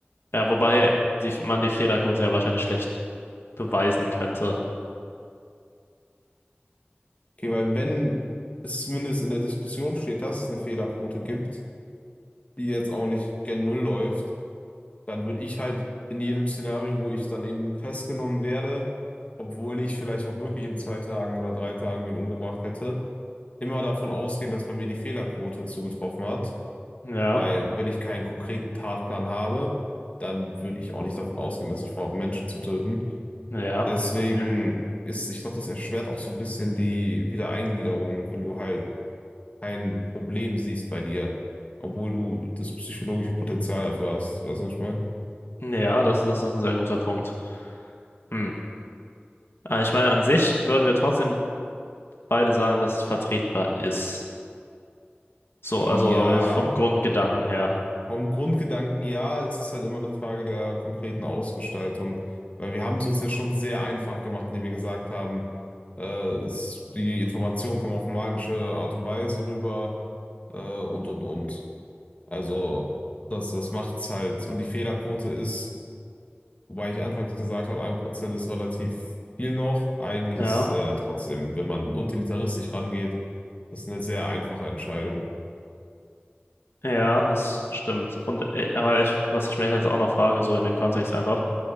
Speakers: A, on the left (about 70°); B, on the left (about 35°).
A: Ja, wobei die, man die Fehlerquote ja wahrscheinlich schlecht beweisen könnte.
B: Okay, weil wenn es zumindest in der Diskussion steht, dass es eine Fehlerquote gibt, die jetzt auch nicht gen Null läuft, dann würde ich halt in jedem Szenario, wo ich dann eben festgenommen werde, obwohl ich vielleicht auch wirklich in zwei Tagen oder drei Tagen wen umgebracht hätte, immer davon ausgehen, dass bei mir die Fehlerquote zugetroffen hat.
A: Ja,
B: Weil wenn ich keinen konkreten Tatplan habe, dann würde ich auch nicht davon ausgehen, dass ich vorhabe, Menschen zu töten.
A: ja,
B: Deswegen
A: okay.
B: ist, ich glaube, das erschwert auch so ein bisschen die Wiedereingliederung, wenn du halt kein Problem siehst bei dir, obwohl du das psychologische Potenzial dafür hast. Weißt du, was ich meine?
A: Ja, das, das ist ein sehr guter Punkt. Hm. Aber ich meine, an sich würden wir trotzdem beide sagen, dass es vertretbar ist. So,
B: Ja,
A: also vom Grundgedanken her.
B: vom Grundgedanken ja, es ist halt immer eine Frage der konkreten Ausgestaltung, weil wir haben es uns jetzt schon sehr einfach gemacht, indem wir gesagt haben, äh, es, die Informationen kommen auf magische Art und Weise rüber äh, und und und. Also das, das macht's halt. Und die Fehlerquote ist Wobei ich anfangs gesagt habe, ein Prozent ist relativ viel noch. Eigentlich
A: Ja,
B: ist äh, ja trotzdem, wenn man utilitaristisch rangeht, das eine sehr einfache Entscheidung.
A: ja, das stimmt. Und äh, aber ich, was ich mich jetzt auch noch frage, so in dem Kontext einfach,